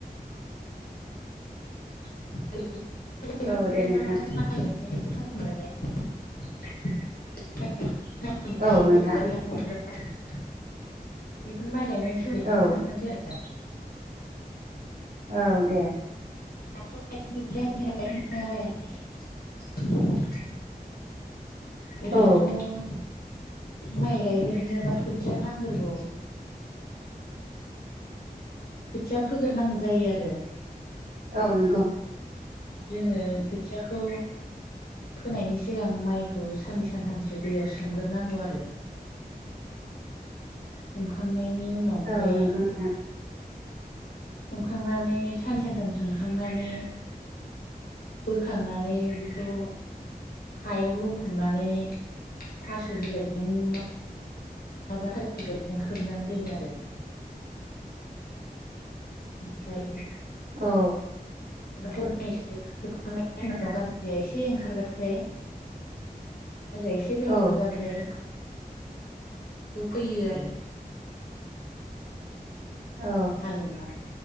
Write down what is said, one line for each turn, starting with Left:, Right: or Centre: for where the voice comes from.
Left: ए समाय।
Right: औ दे नोंथां
Left: <unintelligible> अ। <unintelligible> बोथोराव बेखौनो माइ
Right: औ नोंथां
Left: गायनानै सोलि खिथानोसै आरो।
Right: औ
Left: <unintelligible>
Right: औ दे।
Left: अ। <unintelligible> ओरैनोथ'
Right: औ
Left: माइ गायगोरनोबा खोथिया नांगोरगौ। खोथिया फोगोरनांगौ जायो आरो।
Right: औ नोंगौ।
Left: जोंङो खोथियाखौ फोनायनि सिगां माइखौ साननै सानथामसो दैयाव सोमगोरनांगौ आरो। सोमखांनायनि उनाव ओमफ्राय
Right: औ नोंगौ नोंथां।
Left: सोमखांनानै सानै सानथाम सोमखांनानै बोखांनानै बेखौ हायाव लखबनानै थास' बिलाइजों न माबा <unintelligible> गजों खोबनानै दोनो आरो। ओमफ्राय
Right: औ।
Left: हरनैसोोबख गाज्रि एसे ओंखारबाथाय <unintelligible>
Right: <inaudible>
Left: हाजाया एसे गोलाव
Right: औ
Left: गोलाव जाबाथाय बेखौ फैयो आरो।
Right: औ
Left: हालेवना